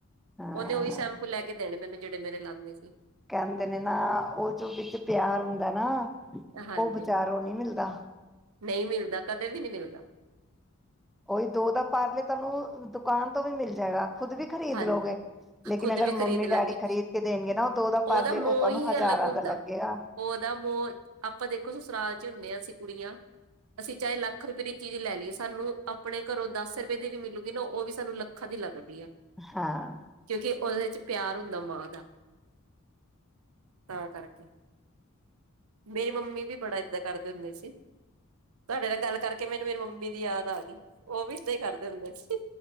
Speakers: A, in the centre; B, on the right.
A: ਹਾਂ
B: ਉਨੇ ਉਹੀ ਸੈਂਪੂ ਲੈ ਕੇ ਦੇਣੇ ਮੈਨੇ। ਜਿਹੜੇ ਮੇਰੇ ਲਾਂਦੇ ਸੀ।
A: ਕਹਿੰਦੇ ਨੇ ਨਾ ਉਹ ਜੋ ਵਿੱਚ ਪਿਆਰ ਹੁੰਦਾ ਨਾ।
B: ਹਾਂਜੀ
A: ਉਹ ਬਜਾਰੋਂ ਨੀ ਮਿਲਦਾ।
B: ਨਹੀਂ ਮਿਲਦਾ ਕਦੇ ਵੀ ਨੀ ਮਿਲਦਾ।
A: ਉਹੀ ਦੋ ਦਾ ਪਾਰਲੇ ਤਾਨੂੰ ਦੁਕਾਨ ਤੋਂ ਵੀ ਮਿਲ ਜਾਏਗਾ। ਖੁਦ ਵੀ ਖਰੀਦ
B: ਹਾਂਜੀ
A: ਲੋਗੇ ਲੇਕਿਨ
B: ਖੁਦ
A: ਅਗਰ
B: ਵੀ ਖ਼ਰੀਦ
A: ਮੰਮੀ
B: ਲਾਂਗੇ।
A: ਡੈਡੀ ਖਰੀਦ ਕੇ ਦੇਣਗੇ ਨਾ ਉਹ ਦੋ ਦਾ
B: ਉਹਦਾ
A: ਪਾਰਲੇ
B: ਮੋਹ
A: ਉਹ ਤੁਹਾਨੂੰ
B: ਹੀ
A: ਹਜ਼ਾਰਾਂ
B: ਅਲੱਗ ਹੁੰਦਾ।
A: ਦਾ ਲੱਗੇਗਾ
B: ਉਹਦਾ ਮੋਹ ਆਪਾਂ ਦੇਖੋ ਸਸੁਰਾਲ- ਲ ਹੁਣੇ ਆਂ ਅਸੀਂ ਕੁੜੀਆਂ। ਅਸੀਂ ਚਾਹੇ ਲੱਖ ਰੁਪਏ ਦੀ ਚੀਜ਼ ਲੈ ਲਈਏ, ਸਾਨੂੰ ਆਪਣੇ ਘਰੋਂ ਦਸ ਰੁਪਏ ਦੀ ਵੀ ਮਿਲੂਗੀ ਨਾ ਉਹ ਵੀ ਸਾਨੂੰ ਲੱਖਾਂ ਦੀ ਲੱਗਦੀ ਆ।
A: ਹਾਂ
B: ਕਿਉਂਕਿ ਉਦੇ 'ਚ- ਪਿਆਰ ਹੁੰਦਾ ਮਾਂ ਦਾ। ਤਾਂ ਕਰਕੇ ਮੇਰੀ ਮੰਮੀ ਵੀ ਬੜਾ ਏਦਾਂ ਕਰਦੇ ਹੁੰਦੇ ਸੀ। ਤਾਡੇ ਨਾਲ ਗੱਲ ਕਰਕੇ ਮੈਨੂੰ ਮੇਰੀ ਮੰਮੀ ਦੀ ਯਾਦ ਆ ਗਈ। ਉਹ ਵੀ ਏਦਾਂ ਈ ਕਰਦੇ ਹੁੰਦੇ ਸੀ